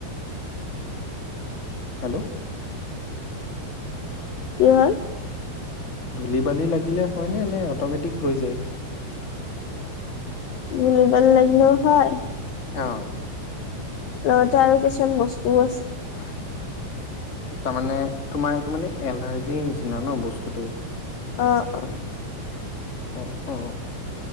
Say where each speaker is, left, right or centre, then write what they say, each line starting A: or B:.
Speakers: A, on the left (about 45°); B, on the left (about 75°).
A: হেল্ল',
B: কি হ'ল।
A: ধূলি বালি লাগিলে হয়নে নে অট'মেটিক হৈ যায়।
B: ধূলি বালি লাগিলেও হয়।
A: অ,
B: লগতে আৰু কিছুমান বস্তুও আছে।
A: <unintelligible> তাৰ মানে তোমাৰ এইটো মানে এলাৰ্জি নিচিনা ন বস্তুটো।
B: অ অ
A: অ অ